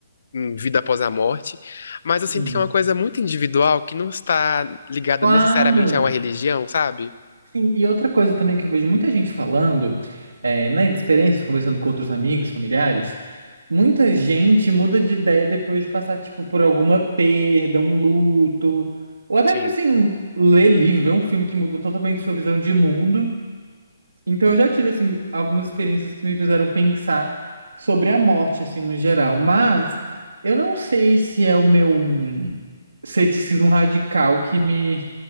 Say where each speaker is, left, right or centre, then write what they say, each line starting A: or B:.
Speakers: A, on the left (about 65°); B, on the right (about 85°).
A: em vida após a morte, mas eu
B: Sim.
A: sinto que é uma coisa muito individual que não está ligada
B: Claro.
A: necessariamente a uma religião, sabe?
B: Sim, e outra coisa também que eu vejo muita gente falando, é, nas experiências, conversando com outros amigos, familiares, muita gente muda de ideia depois de passar, tipo, por alguma perda, um luto, ou até,
A: Sim.
B: tipo assim, ler livro, ver um filme que mudou totalmente sua visão de mundo. Então, eu já tive, assim, algumas experiências que me fizeram pensar sobre a morte, assim, no geral. Mas eu não sei se é o meu hum, ceticismo radical que me